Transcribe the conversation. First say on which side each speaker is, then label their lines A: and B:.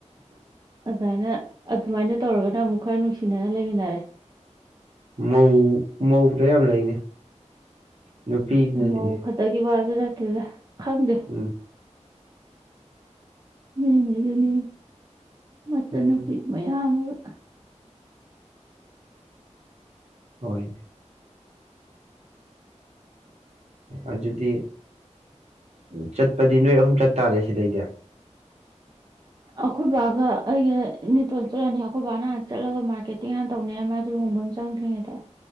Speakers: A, on the right; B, on the right.
A: ꯑꯗꯥꯏꯅꯥ ꯁꯨꯃꯥꯏꯅ ꯇꯧꯔꯒꯅ ꯑꯃꯨꯛ ꯈꯔ ꯅꯨꯡꯁꯤꯅꯅ ꯂꯩꯃꯤꯟꯅꯔꯦ
B: ꯃꯧ ꯃꯧꯗ ꯌꯥꯝ ꯂꯩꯅꯦ ꯅꯨꯄꯤꯅꯅꯤꯅꯦ
A: ꯃꯎ ꯈꯇꯥꯀꯤ ꯋꯥ <unintelligible> ꯐꯪꯗꯦ
B: ꯎꯝ
A: <unintelligible> ꯃꯟꯅꯕꯤ
B: ꯎꯝ
A: ꯃꯌꯥꯝ ꯑꯃ
B: ꯍꯣꯏ ꯑꯗꯨꯗꯤ ꯎ ꯆꯠꯄꯗꯤ ꯅꯣꯏ ꯑꯍꯨꯝ ꯆꯠꯇꯥꯥꯔꯦ ꯁꯤꯗꯩꯗ
A: ꯑꯩꯈꯣꯏ ꯕꯥꯒ ꯑꯩꯒꯇꯣꯟꯜ ꯆꯠꯂꯅꯤ ꯑꯩꯈꯣꯏ ꯕꯥꯅ ꯍꯥꯟ ꯆꯠꯂꯒ ꯃꯥꯔꯀꯦꯇꯤꯡ ꯍꯥꯟꯅ ꯇꯧꯅꯤ ꯍꯥꯏ ꯃꯥꯗꯨ ꯂꯨꯣꯡꯕ ꯑꯃ ꯆꯪꯗ꯭ꯔꯤꯉꯩꯗ